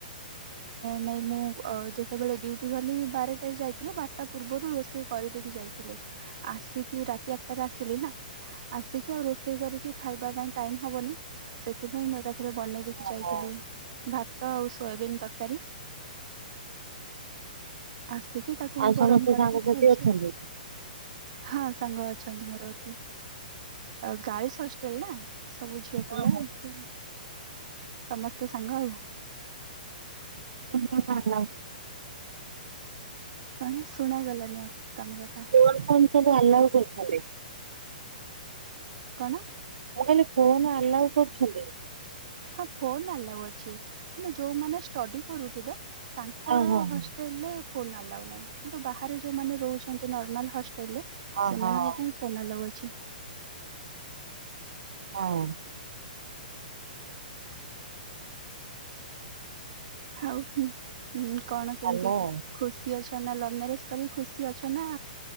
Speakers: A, on the right; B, on the right.
A: ନାଇଁ ମୁଁ ଅ ଯେତେବେଳେ ଡୟୁଟି ଗଲି ବାରଟାରେ ଯାଇଥିଲି ବାରଟା ପୂର୍ବରୁ ରୋଷେଇ କରିଦେଇକି ଯାଇଥିଲି ଆସିକି ରାତି ଆଠଟାରେ ଆସିଲି ନା। ଆସିକି ଆଉ ରୋଷେଇ କରିକି ଖାଇବା ପାଇଁ ଟାଇମ୍ ହବନି। ସେଥିପାଇଁ ମୁଁ ଏକାଥରେ ବନେଇ ଦେଇକି
B: ଓହୋ।
A: ଯାଇଥିଲି ଭାତ ଆଉ ସୋୟାବିିନ ତର କାରୀ ଆସିକି ତାକୁ
B: ଆଉ ସମସ୍ତେ
A: ଗରମ କରିକି
B: ସାଙ୍ଗସାଥି
A: ଖାଇଛି
B: ଅଛନ୍ତି?
A: ଆଉ। ହଁ ସାଙ୍ଗ ଅଛନ୍ତି ମୋର ଏଠି। ଅ ଗାର୍ଲ୍ସ ହଷ୍ଟେଲ ନା ସବୁ ଝିଅ
B: ହଁ
A: ପିଲା ଏମିତି। ସମସ୍ତେ ସାଙ୍ଗ ଆଉ।
B: <unintelligible>
A: କଣ ଶୁଣା ଗଲାନି ଆପ ତମ କଥା।
B: କଣ କଣ ସବୁ ଆଲାଉ କରୁଛନ୍ତି?
A: କଣ?
B: ମୁଁ କହିଲି ଫୋନ ଆଲାଉ କରୁଛନ୍ତି?
A: ହଁ ଫୋନ ଆଲାଉ ଅଛି ମାନେ ଯୋଉମାନେ ଷ୍ଟଡି କରୁଥିବେ ତା ଙ୍କର
B: ହଁ ହଁ
A: ହଷ୍ଟେଲ
B: ହଁ।
A: ରେ ଫୋନ୍ ଆଲାଉ ନାହିଁ କିନ୍ତୁ ବାହାରେ ଯୋଉମାନେ ରହୁଛନ୍ତି ନର୍ମାଲ ହଷ୍ଟେଲ ରେ
B: ଓହୋ
A: ସେମାନଙ୍କ ପାଇଁ ଫୋନ ଅଲାଓ ଅଛି।
B: ହଁ।
A: ଆଉ ହୁଁ କଣ କେମିତି?
B: ଭଲ ଆଉ।
A: ଖୁସି ଅଛ ନା ଲଭ ମ୍ୟାରେଜ କରିକ ଖୁସି ଅଛ ନା